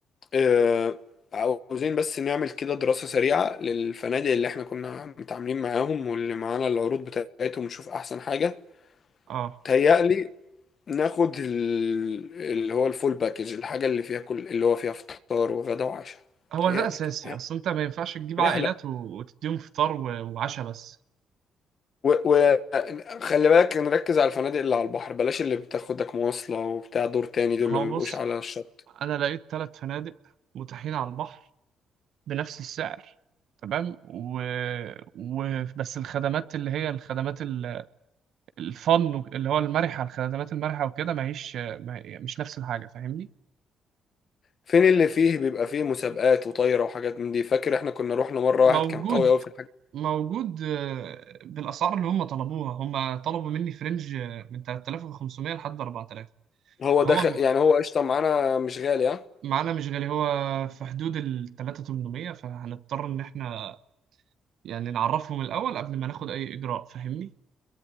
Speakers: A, on the left; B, on the right.
A: آه، عاوزين بس نعمل كده دراسة سريعة للفنادق اللي احنا كنا متعاملين معاهم واللي معانا العروض بتاعتهم ونشوف أحسن حاجة
B: اه
A: تهيألي ناخد ال- اللي هو الفول باكج الحاجة اللي فيها كل اللي هو فيها فطار وغدا وعشاء
B: هو
A: تهيألي
B: ده اساسي
A: كده
B: اصل انت ما ينفعش تجيب
A: رحلة
B: عائلات و... وتديهم فطار و... وعشاء بس
A: وخلي بالك نركز على الفنادق اللي على البحر بلاش اللي بتاخدك مواصلة وبتاع دور تاني دول
B: ما
A: اللي
B: هو
A: ما بيبقوش
B: بص
A: على الشط
B: انا لقيت ثلاث فنادق متاحين على البحر بنفس السعر تمام و... و... بس الخدمات اللي هي الخدمات ال- الفن و- اللي هو المرحه الخدمات المرحه وكده ما هيش ما... هي- مش نفس الحاجه فاهمني
A: فين اللي فيه بيبقى فيه مسابقات وطايرة وحاجات من دي فاكر احنا كنا روحنا مرة
B: موجود
A: واحد كان قوي قوي في
B: موجود آه، بالاسعار اللي هم طلبوها هم طلبوا مني في رينج آه، من 3500 لحد 4000
A: هو
B: فهو
A: داخل يعني هو قشطة معانا مش غالي ها
B: معانا مش غالي هو في حدود ال 3800 فهنضطر ان احنا يعني نعرفهم الاول قبل ما ناخد اي اجراء فاهمني